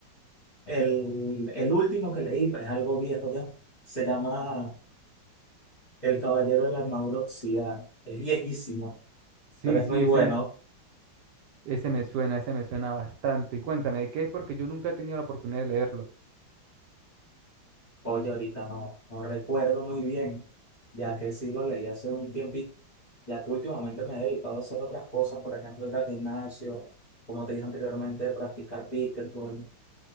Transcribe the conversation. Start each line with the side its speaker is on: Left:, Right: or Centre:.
Left: El, el último que leí pues, es algo viejo ya, se llama El Caballero de la Armadura Oxidada, es viejísimo,
Right: Sí,
Left: pero es
Right: sí,
Left: muy
Right: ese,
Left: bueno.
Right: Ese me suena, ese me suena bastante. Y cuéntame, ¿de qué es? Porque yo nunca he tenido la oportunidad de leerlo.
Left: Oye, ahorita no, no recuerdo muy bien, ya que sí lo leí hace un tiempito, ya que últimamente me he dedicado a hacer otras cosas, por ejemplo, ir al gimnasio, como te dije anteriormente, practicar pickleball